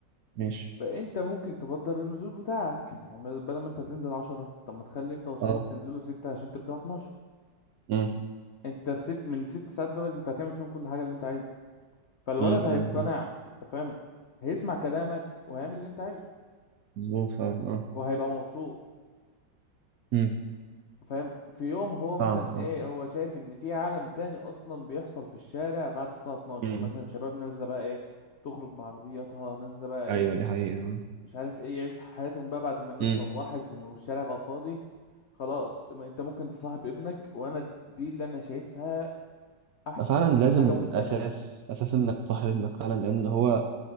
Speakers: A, on the right (about 70°); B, on the left (about 80°).
A: ماشي
B: فانت ممكن تبدل النزول بتاعك يعني ما- بدل ما انت تنزل 10 طب ما تخلي انت واصحابك
A: اه
B: تنزلوا 6 عشان ترجعوا 12
A: امم
B: انت الست من ست ساعات دول انت هتعمل فيهم كل حاجه اللي انت عايزها فالولد
A: امم
B: هيقتنع
A: امم
B: انت فاهم هيسمع كلامك وهيعمل اللي انت عايزه
A: مظبوط فعلا اه
B: وهيبقى مبسوط
A: امم
B: فاهم في يوم هو مثلا
A: فاهمك
B: ايه
A: اه
B: هو شايف ان في عالم تاني اصلا بيحصل في الشارع بعد الساعة 12
A: امم
B: مثلا شباب نازلة بقى ايه تخرج بعربياتها نازلة بقى ايه
A: ايوه دي حقيقه
B: مش عارف ايه يعيشوا حياتهم بقى بعد ما الناس
A: امم
B: روحت والشارع بقى فاضي خلاص ما انت ممكن تصاحب ابنك وانا دي اللي انا شايفها احسن
A: فعلا لازم
B: حاجة ممكن تعملها
A: اساس اساس انك تصاحب ابنك فعلا لان هو